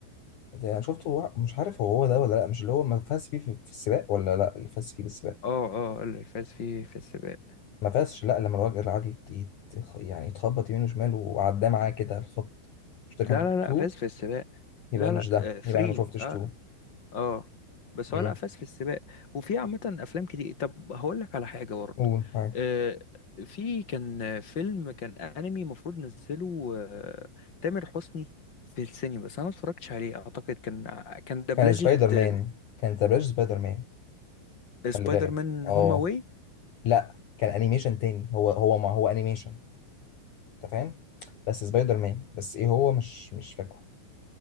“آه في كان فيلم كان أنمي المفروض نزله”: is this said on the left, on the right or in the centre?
Left